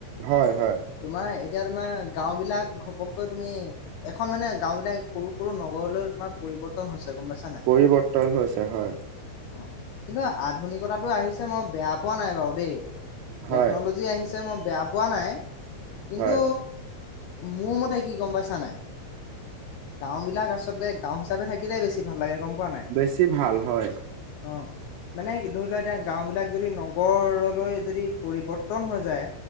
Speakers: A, on the right; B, on the left.
A: হয়, হয়।
B: তোমাৰ এতিয়া তোমাৰ গাঁও বিলাক ঘপককৈ তুমি এখন মানে গাও বিলাক সৰু সৰু নগৰলৈ তোমাৰ পৰিৱৰ্তন হৈছে গম পাইছা নাই
A: পৰিৱৰ্তন হৈছে হয়
B: অ কিন্তু আধুনিকতাটো আহিছে মই বেয়া পোৱা নাই বাৰু দেই টেকন'লজি
A: হয়
B: আহিছে মই বেয়া পোৱা নাই কিন্তু
A: হয়
B: মোৰ মতে কি গম পাইছা নাই, গাও বিলাক আচলতে গাঁও হিচাপে থাকিলে বেছি ভাল লাগে গম পোৱা নাই
A: বেছি ভাল হয়
B: অ মানে ধৰি লোৱা এতিয়া গাও বিলাক যদি নগৰলৈ যদি পৰিৱৰ্তন হৈ যায়